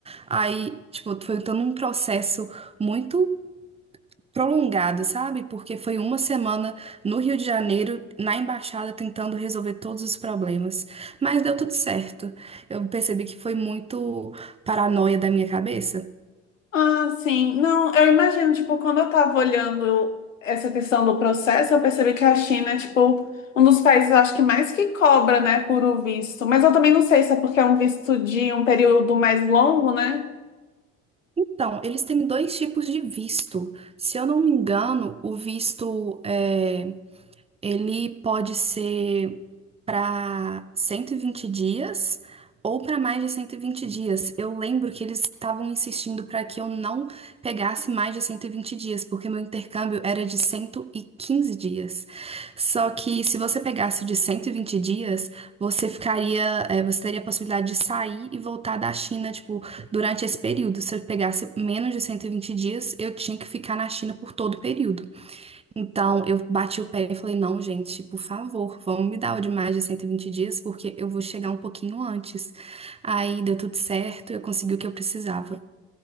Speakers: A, on the right; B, on the left.
A: Aí, tipo, foi todo um processo muito prolongado, sabe? Porque foi uma semana no Rio de Janeiro, na embaixada, tentando resolver todos os problemas. Mas deu tudo certo. Eu percebi que foi muito paranoia da minha cabeça.
B: Ah, sim. Não, eu imagino, tipo, quando eu tava olhando essa questão do processo, eu percebi que a China é, tipo, um dos países, eu acho que mais que cobra, né, por o visto. Mas eu também não sei se é porque é um visto de um período mais longo, né?
A: Então, eles têm dois tipos de visto. Se eu não me engano, o visto é, Ele pode ser para 120 dias ou para mais de 120 dias. Eu lembro que eles estavam insistindo para que eu não pegasse mais de 120 dias, porque meu intercâmbio era de 115 dias. Só que se você pegasse o de 120 dias, você ficaria, eh, você teria a possibilidade de sair e voltar da China, tipo, durante esse período. Se eu pegasse menos de 120 dias, eu tinha que ficar na China por todo o período. Então, eu bati o pé e falei, não, gente, por favor, vamos me dar o de mais de 120 dias, porque eu vou chegar um pouquinho antes. Aí deu tudo certo, eu consegui o que eu precisava.